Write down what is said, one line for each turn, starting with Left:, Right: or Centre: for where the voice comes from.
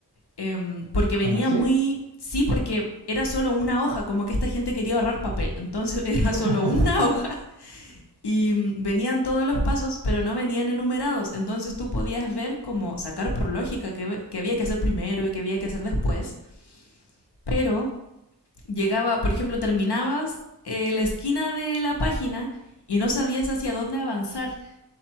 Left: Em, porque venía
Right: ¿Tan así?
Left: muy... Sí, porque era solo una hoja, como que esta gente quería ahorrar papel. Entonces <laughs> era
Right: <laughs>
Left: solo una hoja y mm, venían todos los pasos, pero no venían enumerados. Entonces tú podías ver como sacar por lógica qué, qué había que hacer primero y qué había que hacer después. Pero llegaba, por ejemplo, terminabas eh, la esquina de la página y no sabías hacia dónde avanzar.